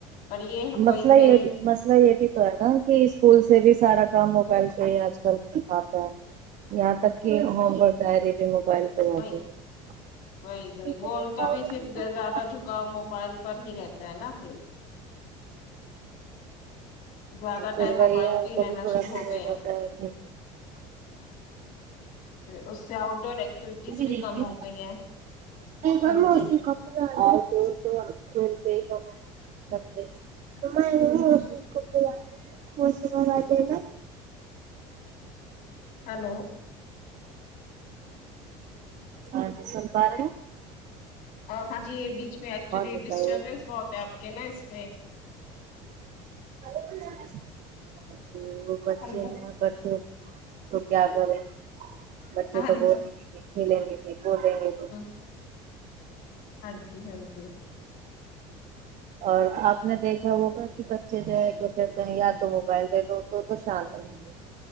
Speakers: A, on the left (about 70°); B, on the right (about 50°).
A: پر یہ وہی
B: مسئلہ
A: میرے
B: یہ بھی مسئلہ یہ بھی تو ہے نا کہ اسکول سے بھی سارا کام موبائل پہ ہی آج کل آتا ہے یہاں تک کہ وہ گری بھی موبائل پہ آتی
A: وہی
B: ہے
A: وہی وہی
B: اتنے
A: وہ ان
B: کھاؤ
A: کا بھی
B: گے
A: پھر
B: تم کافی
A: زیادہ جھکاؤ موبائل پر ہی رہتا ہے نا پھر زیادہ
B: سلویا
A: ٹائم موبائل
B: اور
A: پہ ہی
B: کو
A: رہنا
B: بھی تھوڑا
A: شروع
B: صی ہو
A: گئے
B: جاتا ہے
A: ہیں اس سے آؤٹ ڈور ایکٹیویٹیز بھی
B: نہیں
A: کم ہو گئی ہیں ان
B: گھرم ہوسی
A: کی
B: کپ ج تو کھیل کے ہی تو میں س م کب موسم ب دے گا
A: ہلو
B: ہ جی سل پاار
A: ہاں جی یہ بیچ میں ایکچولی
B: بتائیے
A: ڈسٹربینس بہت ہے آپ کے نا اس میں
B: <inaudible> ا بچے
A: ہلو
B: میں بچے تو کیا کرے بچے
A: ہاں
B: تو
A: جی
B: بولیں گے بھی ک ل گے بولیں گے بھی
A: ہاں جی ہاں جی ج
B: اور آپ نے دیکھا ہوگا کہ بچے جو ہے کہ کہتے ہیں یا تو موبائل دے دو تو تو شانت رہیں گے